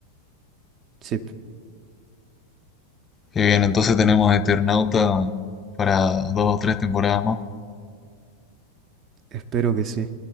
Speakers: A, on the right; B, on the left.
A: Sí,
B: Qué bien, entonces tenemos Eternauta para dos o tres temporadas más.
A: espero que sí.